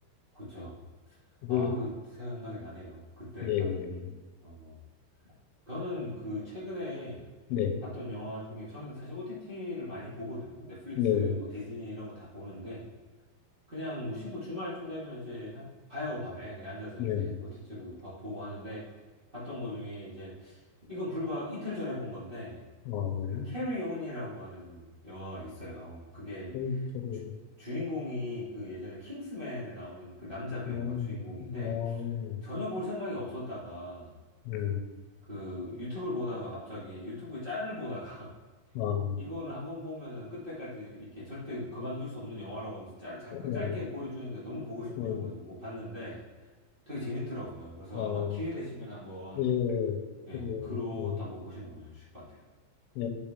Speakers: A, on the right (about 40°); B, on the left (about 85°).
A: 그쵸. 아,
B: 그,
A: 그 생각이 나네요. 그때
B: 예,
A: 봤던
B: 예.
A: 게. 어, 저는 그 최근에
B: 네,
A: 봤던 영화 중에 저는 사실 OTT를 많이 보거든요. 넷플릭스,
B: 네,
A: 뭐 디즈니 이런 거 다 보는데 그냥 무심코 주말쯤 되면 이제 하- 봐요, 밤에. 그냥 앉아서
B: 네.
A: 이제 OTT로 보고 하는데 봤던 거 중에 이제 이건 불과 이틀 전에 본 건데
B: 어,
A: 그 캐리 온이라고 하는 영화가 있어요. 그게
B: 저기, 저기,
A: 주, 인공이그 예전에 킹스맨에 나오는 그 남자 배우가
B: 어,
A: 주인공인데
B: 어,
A: 전혀 볼 생각이 없었다가
B: 네,
A: 그 유튜브를 보다가 갑자기 유튜브에 짤을 보다가
B: 어,
A: <laughs> 이거는 한번 보면은 끝때까지 이렇게 절대 그만둘 수 없는 영화라고 하면서 짤, 잠깐
B: 네,
A: 짧게 보여주는데 너무 보고 싶어져가지고
B: 네,
A: 봤는데 되게 재밌더라고요. 그래서
B: 어,
A: 아마 기회 되시면 한번
B: 예,
A: 예,
B: 그리
A: 그렇다
B: 고
A: 한번 보시면 좋으실 것 같아요.
B: 예,